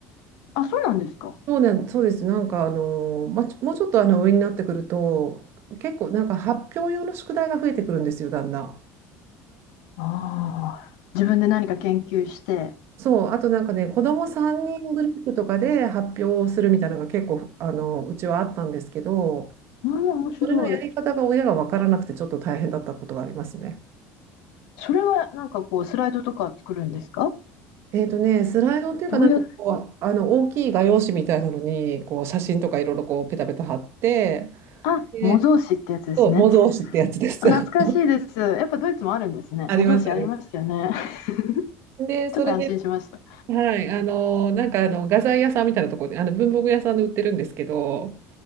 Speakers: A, on the left (about 65°); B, on the right (about 40°).
A: あ、そうなんですか。
B: そうね、そうです。なんかあの、ま、もうちょっとあの上になってくると、結構なんか発表用の宿題が増えてくるんですよ、だんだん。
A: ああ、自分で何か研究して、
B: そう、あとなんかね、子供3人グループとかで発表をするみたいなのが結構あのうちはあったんですけど、
A: うん、面白い。
B: それのやり方が親が分からなくてちょっと大変だったことがありますね。
A: それはなんかこう、スライドとか作るんですか
B: えっとね、スライドっていうか、
A: どうやっ
B: なんかこう、あの大きい画用紙みたいなのに、こう写真とかいろいろこうペタペタ貼って、
A: あ、
B: で、
A: 模造紙ってやつですね。
B: そう、模造紙ってやつです。
A: 懐かしいです。
B: <laughs>
A: やっぱドイツもあるんですね。
B: あります、
A: 模造紙ありましたよね。
B: ありま
A: <laughs>
B: す。で、それで、
A: ちょっと安心しました。
B: はい、あの、なんかあの画材屋さんみたいなところで、あの文房具屋さんで売ってるんですけど、